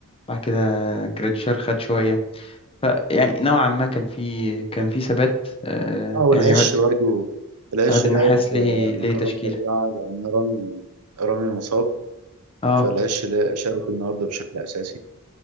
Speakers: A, on the left; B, on the right.
A: بعد كده جراديشار خد شويه فيعني نوعا ما كان في كان في ثبات آه،
B: اه والعش
A: يعني عماد
B: برضو العش
A: عماد النحاس
B: لعب
A: ليه
B: آه،
A: ليه
B: مكان
A: تشكيله
B: رامي ربيعة لأن رامي رامي مصاب
A: اه
B: فالعش لا- شارك النهارده بشكل أساسي